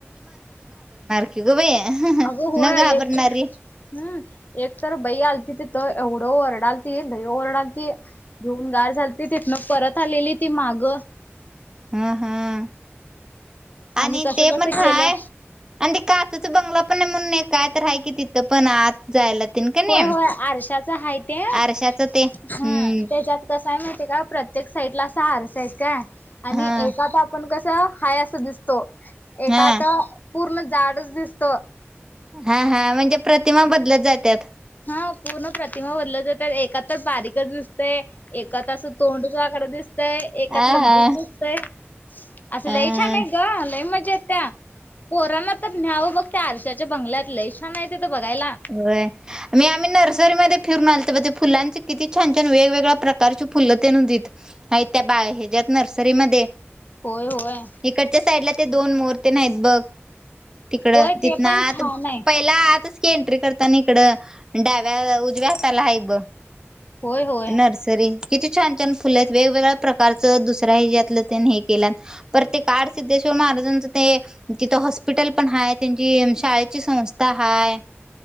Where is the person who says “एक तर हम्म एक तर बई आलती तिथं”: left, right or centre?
Left